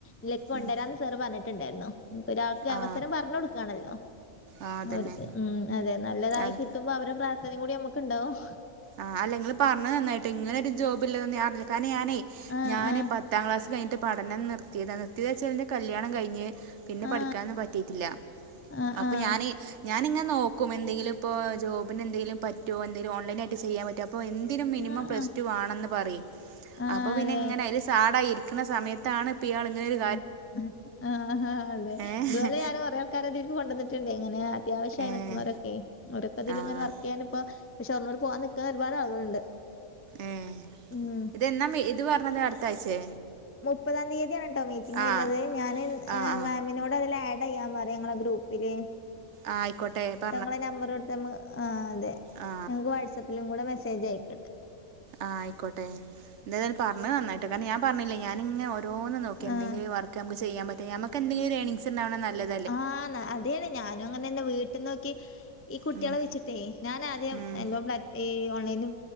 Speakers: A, on the left (about 20°); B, on the right (about 60°).
A: ഇലെക്ക് കൊണ്ടരന്ന്
B: ഉം,
A: സേർ പറഞ്ഞിട്ടുണ്ടായിരുന്നു നമുക്ക് ഒരാൾക്ക്
B: ആ
A: അവസരം പറഞ്ഞു കൊടുക്കാണല്ലോ
B: ആ
A: അവർക്ക്
B: തന്നെ
A: ഉം അതെ നല്ലതായി
B: അല്ല
A: കിട്ടുമ്പോ അവരുടെ പ്രാർത്ഥനയും കൂടി നമ്മുക്ക്ണ്ടാവും
B: ആഹ് അല്ല ഇങ്ങൾ പറഞ്ഞത് നന്നായിട്ടോ ഇങ്ങനൊ ഒരു ജോബ് ഇലതോന്നും ഞാൻ അറിഞ്ഞില്ലട്ടോ കാരണം ഞാനേ
A: ആ
B: ഞാന്
A: ആ ആ
B: പത്ത് എട്ടാംക്ലാസ് കിഞ്ഞിട്ട് പഠനം നിർത്തിയത നിർത്തിയത വച്ചാൽ ന്റെ കല്യാണം കഴഞ്ഞ് പിന്നെ
A: ആ
B: പഠിക്കാനൊന്നും പറ്റീട്ടില്ല
A: ആ
B: അപ്പൊ
A: ആ
B: ഞാന്, ഞാനിങ്ങെ നോക്കും എന്തെങ്കിലും ഇപ്പോ ജോബിനന്തെങ്കിലും പറ്റോ എന്തെലും ഓൺലൈനായിട്ട് ചെയ്യാൻ പറ്റോ പ്പോ എന്തിനും മിനിമം
A: ആ
B: പ്ലസ്
A: ആ
B: ടു വാണന്ന് പറിം
A: ആഹ്
B: അപ്പൊ പിന്നെ
A: അതെ.
B: ഇങ്ങനെ അയ്ല് താട ഇരിക്ക്ണ സമയത്താണ് പയാളങ്ങനത്
A: ഉം ഉം ആഹ് ആഹ് അതെ
B: ഏഹ്
A: ഇതുപോലെ ഞാന് കൊറേ കരണതിക്ക് കൊണ്ടന്നിട്ടുണ്ട് ഇങ്ങനെ അത്യാവശ്യമായി
B: ഏഹ്
A: നിൽക്കുന്നൊരൊക്കെ ഓരക്കെതിൽ
B: ആഹ്
A: ഇങ്ങനെ വർക്ക് ചെയ്യാനിപ്പ ഷോർണൂര് പോവാൻ നിൽക്കുന്ന ഒരുപാട് ആളുകളുണ്ട്
B: ഏഹ്
A: ഉം
B: ഇതന്നാ ഇത് പറഞ്ഞത് അടുത്താഴ്ചേ
A: മുപ്പതാം തീയതിയാണ് കേട്ടോ മീറ്റിംഗ്
B: ആ
A: വരുന്നത് ഞാൻമാമിനോട്
B: ആ ആ
A: അതിൽ ആട് ആഡ്ചെയ്യൻ പറയാ നിങ്ങളെ ഗ്രൂപ്പില്
B: ആഹ് ആയിക്കോട്ടെ പറ
A: ങ്ങളെ നമ്പർ കൊടുത്ത് ആഹ് അതെ
B: ആ
A: ങ്ങക്ക് വാട്സആപ്പിലും കൂടെ മെസ്സേജ് അയക്കണ്ട്
B: ആഹ് ആയിക്കോട്ടെ എന്തായതാലും ങ്ങൾ പറഞ്ഞത് നന്നായിട്ടോ കാരണം ഞാൻ പറഞ്ഞില്ല ഞാനിങ്ങന ഓരോന്ന് നോക്ക എന്തെങ്കിലുംഒരു
A: ആഹ്
B: വർക്ക് നമുക്ക് ചെയാൻ പറ്റ നമക്ക് എന്തങ്കിലും എണിങ്സ്ണ്ടാവണത് നല്ലത്
A: ആഹ് അതെയാണ് ഞാനും അങ്ങനെണ് വീട്ടിനോക്കെ ഈ കുട്ടികളെ
B: ഉം
A: വെച്ചിട്ടേ ഞാനൻ ആദ്യം
B: ഉം
A: നല്ലോ ബ്ല ഈ ഓൺലൈനിൽ